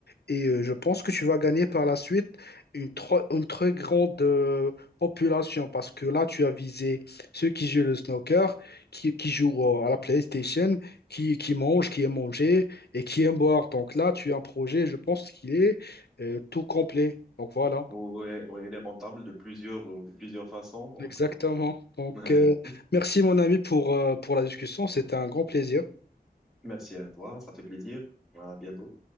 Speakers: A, on the left (about 80°); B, in the centre.
A: Et euh, je pense que tu vas gagner par la suite une, tro- une très grande euh, population parce que là, tu as visé ceux qui jouent le snooker, qui, qui jouent euh, à la PlayStation, qui, qui mangent, qui aiment manger et qui aiment boire. Donc là, tu as un projet, je pense qu'il est euh, tout complet. Donc voilà,
B: Ouais, ouais, elle est rentable de plusieurs, euh, de plusieurs façons. Donc,
A: exactement. Donc
B: euh,
A: euh,
B: <laughs>
A: merci mon ami pour, euh, pour la discussion, c'était un grand plaisir.
B: merci à toi, ça fait plaisir. À bientôt.